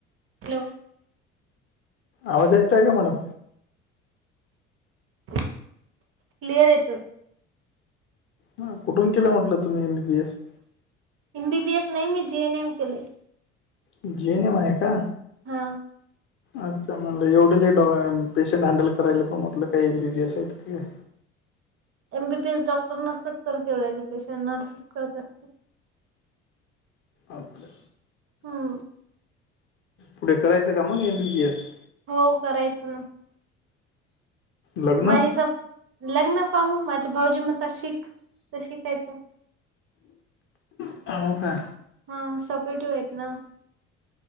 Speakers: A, on the right; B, on the left.
A: हॅलो
B: आवाज येत आहे का मॅडम?
A: क्लिअर येतोय
B: ह कुठून केलं म्हटलं तुम्ही, एम बीबीएस.
A: एमबीबीएस नाही मी जेएनएम केलंय
B: जेएनएम आहे का?
A: हा
B: अच्छा म्हणलं एवढेले पेशंट हँडल करायला म्हटलं काही एमबीबीएस आहेत की काय
A: एमबीबीएस डॉक्टर नसतात करत एवढ्यालॆ पेशंट नर्सेस करत असतात
B: अच्छा!
A: हम.
B: पुढे करायचं का मग एमबीपीएस
A: हो करायचं ना
B: लग्न
A: माझे स लग्न पाहू माझे भाऊजी म्हणता शिक तर शिकायचं
B: हो का
A: हा सपोटिव्ह आहेत ना